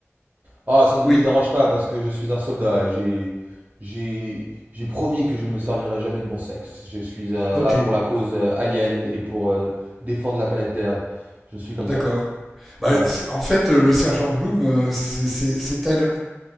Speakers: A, on the right; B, in the centre.
A: Ah, ça ne
B: Oui,
A: me dérange pas parce que je suis un soldat et j'ai, j'ai, j'ai promis que je ne me servirai jamais de bon sexe. Je suis euh,
B: ok,
A: là pour la cause euh, alien et pour euh, défendre la planète Terre. Je suis comme
B: d'accord.
A: ça.
B: Bah,
A: Voilà.
B: c'est- en fait, euh, le sergent Bloom, euh, c'est c'est- c'est elle.